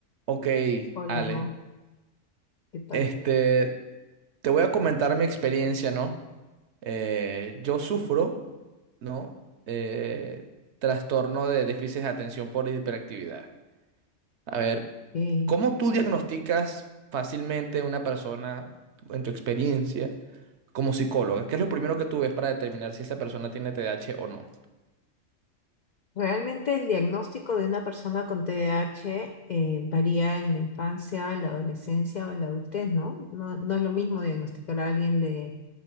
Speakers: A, on the right (about 65°); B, on the left (about 70°).
A: Ok,
B: Hola,
A: Ale,
B: ¿qué tal?
A: este, te voy a comentar mi experiencia, ¿no? Eh, yo sufro, ¿no? Eh, trastorno de déficit de atención por hiperactividad. A ver,
B: Eh,
A: ¿cómo tú diagnosticas fácilmente una persona en tu experiencia como psicóloga? ¿Qué es lo primero que tú ves para determinar si esa persona tiene TDAH o no?
B: realmente el diagnóstico de una persona con TDAH eh, varía en la infancia, la adolescencia o en la adultez, ¿no? No, no es lo mismo diagnosticar a alguien de,